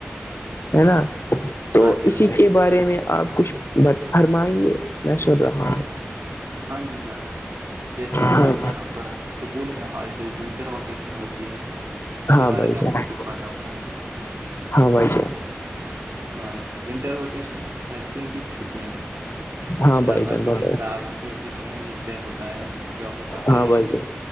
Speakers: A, on the left; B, on the right.
A: ہے نا تو
B: ہاں جی بھائی
A: اسی کے بارے میں آپ کچھ فرمائیے میں سن رہا ہوں
B: ہاں جی میں جیسے کہ
A: ہاں
B: یہاں پر اسکول میں ہالیڈیز ونٹر وکیشن ہوتی ہیں اس کے
A: ہاں
B: بارے
A: بھائی
B: میں آپ
A: جان
B: کو کچھ بتاؤں گا میں
A: ہاں بھائی جان
B: ہاں جی ونٹر ووکیشن سردیوں کی چھٹیاں
A: ہاں
B: طلبا
A: بھائی جان
B: کے
A: بتائے
B: لیے سال کے ایک اہم حصے ہوتا ہے جو آ کو پتہ
A: ہاں
B: ہی
A: بھائی
B: ہے
A: جان